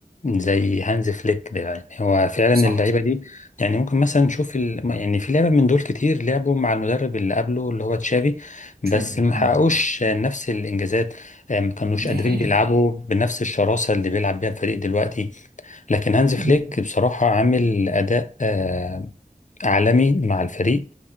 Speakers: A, on the left; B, on the right.
A: زي هانز فليك ده يعني هو فعلا
B: صح
A: اللعيبة دي يعني ممكن مثلا نشوف ال... يعني في لعبة من دول كتير لعبوا مع المدرب اللي قبله اللي هو تشافي بس
B: شايف
A: ما حققوش
B: اه
A: آه، نفس الإنجازات آه، ما كانوش
B: دي
A: قادرين
B: حقيقه
A: بيلعبوا بنفس الشراسة اللي بيلعب بيها الفريق دلوقتي لكن هانز فليك
B: مم.
A: بصراحة عامل أداء آه، عالمي مع الفريق